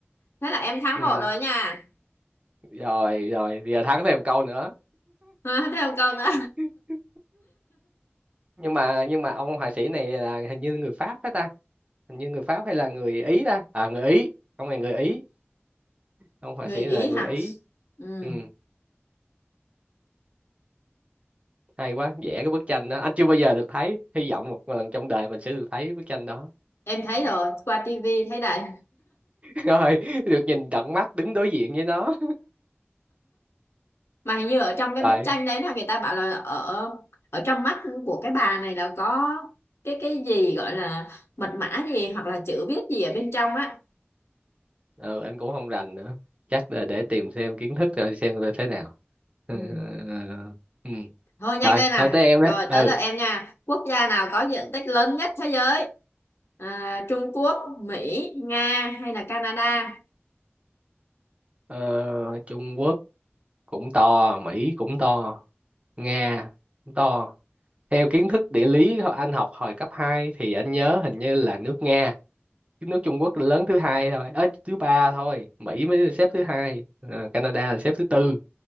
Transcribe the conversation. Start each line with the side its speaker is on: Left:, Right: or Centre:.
Left: thế là em thắng
Right: ừ
Left: một rồi nha
Right: rồi rồi giờ thắng thêm câu nữa
Left: <laughs> thêm một câu nữa
Right: <laughs> nhưng mà nhưng mà ông họa sĩ này là hình như người Pháp phải ta hình như người Pháp hay là người Ý ta à người Ý ông này người Ý
Left: <laughs>
Right: ông họa
Left: người
Right: sĩ
Left: Ý
Right: là người
Left: hả
Right: Ý
Left: ừ.
Right: ừ hay quá vẽ cái bức tranh đó anh chưa bao giờ được thấy hy vọng một lần trong đời mình sẽ được thấy bức tranh đó
Left: em thấy
Right: <laughs>
Left: rồi qua tivi thấy đầy
Right: rồi được nhìn tận mắt đứng đối diện với nó
Left: mà hình như ở trong cái
Right: rồi
Left: bức tranh đấy là người ta bảo là ở ở trong mắt của cái bà này là có cái cái gì gọi là mật mã gì hoặc là chữ viết gì ở bên trong á
Right: ừ anh cũng không rành nữa chắc là để tìm thêm kiến thức rồi xem là thế nào <laughs> ừ.
Left: ừ.
Right: ừ, ừ. ừ. Ừ.
Left: thôi nhanh
Right: Rồi,
Left: lên nào
Right: nói tới em
Left: rồi
Right: á. Ừ,
Left: tới lượt em nha quốc gia nào có diện tích lớn nhất thế giới à, Trung Quốc Mỹ Nga hay là Canada
Right: ờ, Trung Quốc cũng to, Mỹ cũng to, Nga cũng to. Theo kiến thức địa lý ho- anh học hồi cấp hai thì anh nhớ hình như là nước Nga, chứ nước Trung Quốc lớn thứ hai thôi, ờ, thứ ba thôi, Mỹ mới là xếp thứ hai, ờ, Canada là xếp thứ tư.